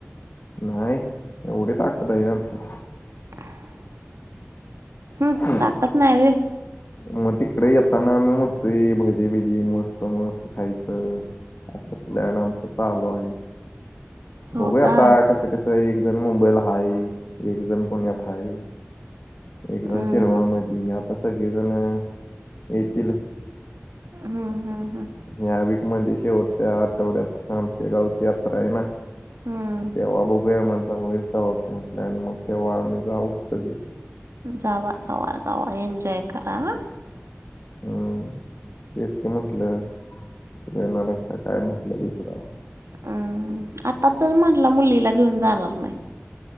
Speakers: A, on the left; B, on the right.
A: नाही एवढी ताकद आहे आमच्या
B: <inaudible> हम्
A: आमच्यात
B: ताकद नाही वे
A: मग तिकडे येताना आमही म्हणतोय भजीबिजी मस्त मस्त खायचं तले नमतालो
B: हो
A: बगय
B: का
A: आता कसे कसे एक जण मुंबईल हाय एक जण पुण्यात हाय एक जण
B: हं,
A: शिरवळ
B: हं,
A: म आता सगळेजण येतील
B: हा हा हा
A: ह्या वीक मध्ये शेवटच्या आठवड्यात आमच्या गावची यात्रा आहे ना
B: हं.
A: तेव्हा बघूयाम मिरत बा आप प्लन मग तेव्हा आम्ही जाऊ सगळे
B: जावावा वा वा एनजॉय करा ह
A: हम्म ते इतके म्हंटलं तू येणारस का काय म्हटलं विचारावं
B: अम्म आता तर म्हटलं मुलीला घेऊन जाणार नाही